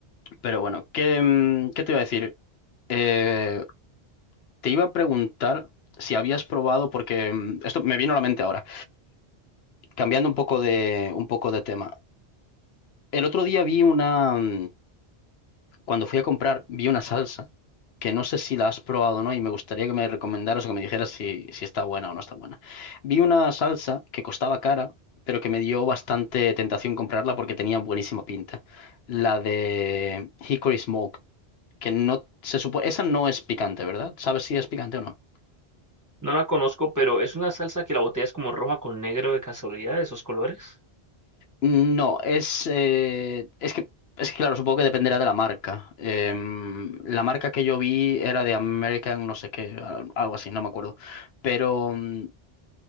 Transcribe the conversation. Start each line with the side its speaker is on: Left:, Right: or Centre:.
Left: pero bueno, ¿qué, mm, qué te iba a decir? Eh, te iba a preguntar si habías probado, porque mm, esto me vino a la mente ahora, cambiando un poco de, un poco de tema. El otro día vi una, mm, cuando fui a comprar, vi una salsa que no sé si la has probado o no y me gustaría que me recomendaras o que me dijeras si, si está buena o no está buena. Vi una salsa que costaba cara, pero que me dio bastante tentación comprarla porque tenía buenísima pinta. La de Hickory Smoke, que no se supone... Esa no es picante, ¿verdad? ¿Sabes si es picante o no?
Right: No la conozco, pero es una salsa que la botella es como roja con negro de casualidad, de esos colores.
Left: No, es, eh, es que, es que, claro, supongo que dependerá de la marca. Em, la marca que yo vi era de American, no sé qué, al- algo así, no me acuerdo. Pero, mm,